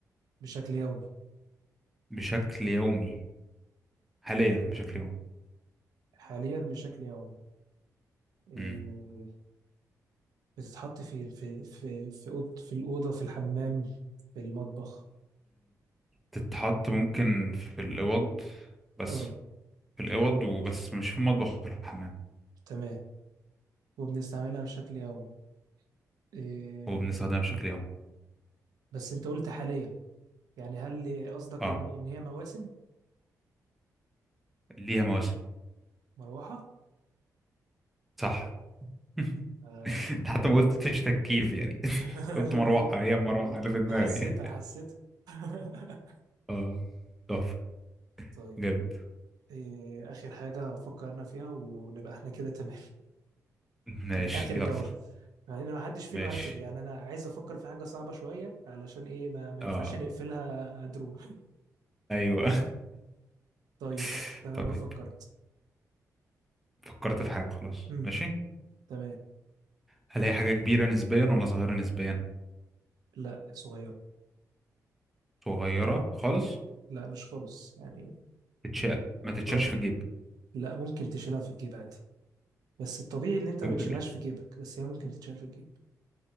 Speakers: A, on the right; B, in the centre.
A: بشكل يومي
B: بشكل يومي حاليا بشكل يومي
A: حاليا بشكل يومي إيه،
B: امم
A: بتتحط في الف- في في في أوض- في الأوضة في الحمام في المطبخ
B: تتحط ممكن في الأوض بس
A: اه
B: في الأوض
A: في الأوضة
B: وبس
A: بس
B: مش في المطبخ ولا الحمام
A: تمام وبنستعملها بشكل يومي إم،
B: هو بنستخدمها بشكل يومي
A: بس أنت قلت حاليا يعني هل قصدك
B: اه
A: إن إن هي مواسم
B: ليها مواسم
A: مروحة؟
B: صح <laughs>
A: آه،
B: انت حتى ما قلتش تكييف يعني
A: <laughs>
B: <laughs> قلت
A: لا
B: مروحة
A: هي
B: هي المروحة
A: آه،
B: اللي في دماغي
A: حسيتها حسيتها <laughs>
B: <laughs> اه تحفة
A: طيب
B: جامد
A: إيه آخر حاجة فكرنا فيها ونبقى احنا كده تمام
B: ماشي
A: اخر
B: يلا
A: جولة يعني انا ما حدش فينا
B: ماشي
A: عطل يعني انا عايز افكر في حاجة صعبة شوية علشان ايه ما, ما ينفعش
B: اه
A: نقفلها درو
B: ايوه
A: <laughs> طيب
B: <laughs>
A: خلاص تمام
B: طيب
A: ما فكرت
B: فكرت في حاجة خلاص
A: امم
B: ماشي
A: تمام
B: هلاقي حاجة كبيرة نسبيا ولا صغيرة نسبيا
A: لا صغيرة
B: صغيرة خالص
A: لا مش خالص يعني
B: تتشال ما تتشالش
A: اه
B: في الجيب
A: لا ممكن تشيلها في الجيب عادي بس الطبيعي ان انت
B: موبايل
A: ما بتشيلهاش في جيبك بس هي ممكن تتشال في الجيب